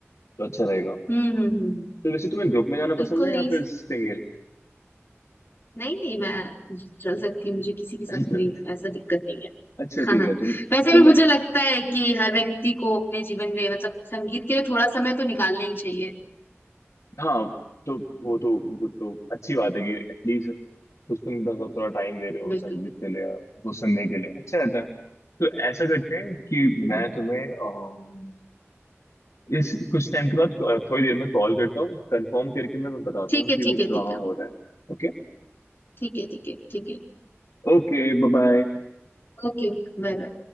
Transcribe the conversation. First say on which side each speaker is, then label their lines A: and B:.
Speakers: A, on the left (about 80°); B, on the left (about 45°).
A: तो अच्छा रहेगा
B: हम्म हम्म हम्म
A: तो वैसे तुम्हें ग्रुप में जाना
B: बिल्कुल
A: पसंद है या
B: नहीं
A: फिर सिंगल
B: नहीं नहीं मैं चल सकती हूँ मुझे किसी के साथ
A: <laughs>
B: कोई ऐसा दिक्कत नहीं है <laughs>
A: अच्छा ठीक
B: हाँ,
A: है तुम
B: वैसे
A: तो
B: भी
A: मैं
B: मुझे लगता है कि हर व्यक्ति को अपने जीवन में मतलब संगीत के लिए थोड़ा समय तो निकालना ही चाहिए
A: हाँ तो वो तो वो तो अच्छी बात है कि एटलीस्ट कुछ तुम थोड़ा टाइम दे रहे हो
B: बिल्कुल
A: संगीत
B: बिल्कुल
A: के लिए तो सुनने के लिए अच्छा रहता है तो ऐसा करते हैं कि
B: हम्म,
A: मैं तुम्हें अम, इस कुछ टाइम के बाद अ, थोड़ी देर में कॉल करता हूँ कंफर्म करके मैं बताता
B: ठीक
A: हूँ
B: है
A: कि वो
B: ठीक है
A: कहाँ
B: ठीक है
A: हो रहा है ओके
B: ठीक है ठीक है ठीक है
A: Okay bye bye
B: Okay bye bye